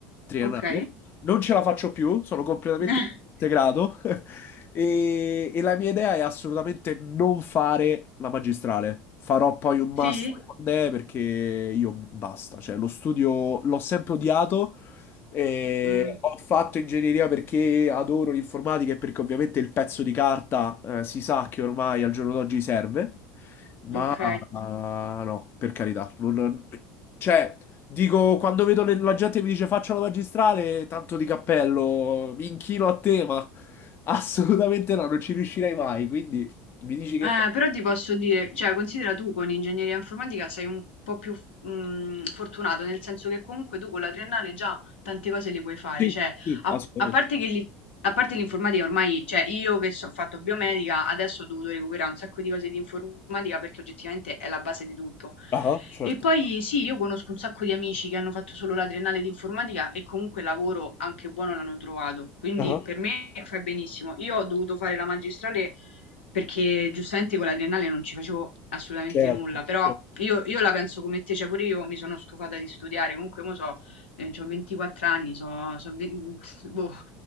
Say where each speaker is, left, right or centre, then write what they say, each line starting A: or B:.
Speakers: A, on the left; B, on the left.
A: triennale.
B: Ok.
A: Non ce la faccio più, sono completamente
B: <laughs>
A: integrato <laughs> e, e la mia idea è assolutamente non fare la magistrale. Farò poi un master
B: Sì?
A: quando è perché io basta, cioè lo studio l'ho sempre odiato. E
B: Mm,
A: ho fatto ingegneria perché adoro l'informatica e perché ovviamente il pezzo di carta eh, si sa che ormai al giorno d'oggi serve.
B: ok.
A: Ah, no, per carità. non- Cioè, dico, quando vedo le- la gente che mi dice faccia la magistrale, tanto di cappello, mi inchino a te, ma <laughs> assolutamente no, non ci riuscirei mai. Quindi mi dici che
B: Eh,
A: fa...
B: però ti posso dire, cioè, considera tu con ingegneria informatica sei un po' più mm, fortunato, nel senso che comunque tu con la triennale già tante cose le puoi fare,
A: Sì,
B: cioè,
A: sì,
B: a,
A: assolutamente.
B: a parte che li, A parte l'informatica ormai, cioè io che so- ho fatto biomedica, adesso ho dovuto recuperare un sacco di cose di informatica perché oggettivamente è la base di tutto.
A: Ah, certo.
B: E poi sì, io conosco un sacco di amici che hanno fatto solo la triennale di informatica e comunque lavoro anche buono l'hanno trovato. Quindi
A: Ah,
B: per me fai benissimo. Io ho dovuto fare la magistrale perché giustamente con la triennale non ci facevo assolutamente
A: certo,
B: nulla, però
A: certo.
B: io, io la penso come te, cioè pure io mi sono stufata di studiare, comunque mo so, ho 24 anni, so, so, ve- <laughs> boh,